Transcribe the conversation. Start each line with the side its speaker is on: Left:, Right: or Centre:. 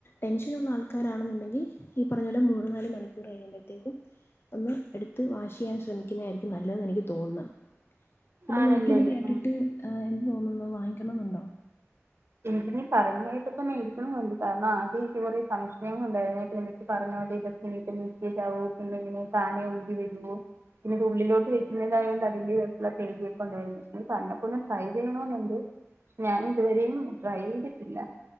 Left: ടെൻഷനുള്ള ആൾക്കാരാണെന്നു ണ്ടെങ്കി ഈ പറഞ്ഞോലെ മൂന്ന് നാല് മണിക്കൂർ കഴിയുമ്പെത്ത ത്തേക്കും ഒന്ന് എടുത്ത് വാഷെയ്യാൻ ശ്രമിക്കുന്നആയിരിക്കും നല്ലെത് എനിക്ക് തോന്ന പിന്നെ
Right: ആണല്ലേ
Left: നിനക്കിത് കേട്ടിട്ട്
Right: ആ
Left: എന്ത് തോന്നുന്നു വാങ്ങിക്കണെന്ന്ണ്ടോ
Right: എനിക്ക്നീ പറഞേട്ടപ്പം മേടിക്കണോന്ന്ണ്ട്. കാര്ണം ആകെ എനിക്ക് കൊറേ സംശയങ്ങൾ ഇണ്ടായിരുന്നു നീ ഇപ്പോ നിന്റട്ത്ത് പറഞ്ഞ ആദ്യം ഇതൊക്കെ നീപ്പം ലീക്കേജാവോ പിന്നങ്ങനെ താനെ ഊരിവെരോ പിന്നെ ഇത് ഉള്ളിലോട്ട് വയ്ക്കുന്നതായോണ്ട് അതിന്റേതായിട്ട്ള്ള പേടിയൊക്കെ ണ്ടായിരുന്നു. പിന്നെ പറ്ഞ്ഞപ്പൊന്ന് ട്രൈ ചെയ്യണോന്ന്ണ്ട് ഞാൻ ഇത് വെരെയും ട്രൈ ചെയ്തിട്ടില്ല.